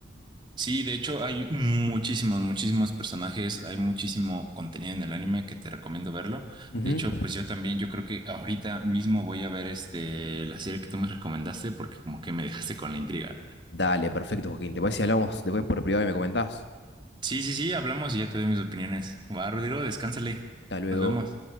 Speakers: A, on the right (about 25°); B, on the left (about 70°).
A: Sí, de hecho hay muchísimos, muchísimos personajes, hay muchísimo contenido en el anime que te recomiendo verlo.
B: Ujú.
A: De hecho, pues yo también, yo creo que ahorita mismo voy a ver este la serie que tú me recomendaste porque como que me dejaste con la intriga.
B: Dale, perfecto, Joaquín. ¿Te parece si hablamos después por privado y me comentás?
A: Sí, sí, sí, hablamos y ya te doy mis opiniones. Va, Rodrigo, descánsale.
B: Hasta luego.
A: Nos vemos.